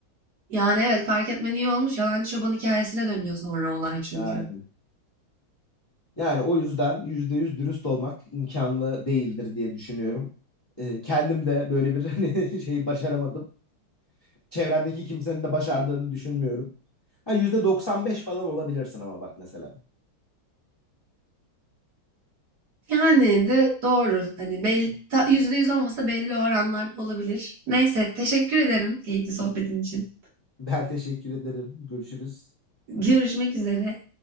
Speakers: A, on the right; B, on the left.
A: Yani evet fark etmen iyi olmuş. Yalancı çoban hikayesine dönüyor sonra olay çünkü.
B: Yani, yani o yüzden yüzde yüz dürüst olmak imkanlı değildir diye düşünüyorum. E, kendim de böyle bir <laughs> hani şeyi başaramadım. Çevremdeki kimsenin de başardığını düşünmüyorum. Ha %95 falan olabilirsin ama bak mesela.
A: Yani evet doğru. Hani belli, ta- %100 olmasa da belli oranlarda olabilir. Neyse teşekkür ederim keyifli sohbetin için.
B: Ben teşekkür ederim. Görüşürüz.
A: Görüşmek üzere.